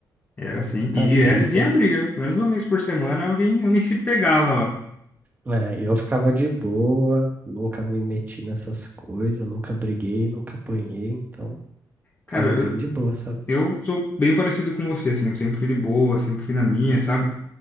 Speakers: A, on the left; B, on the right.
A: Era
B: Era muita
A: assim. E direto
B: briga.
A: tinha briga. viu? Menos uma vez por semana alguém, alguém se pegava lá.
B: É, eu ficava de boa, nunca me meti nessas coisas, nunca briguei, nunca apanhei, então
A: Cara,
B: ficava bem de boa, sabe?
A: Eu sou bem parecido com você, assim, eu sempre fui de boa, sempre fui na minha, sabe?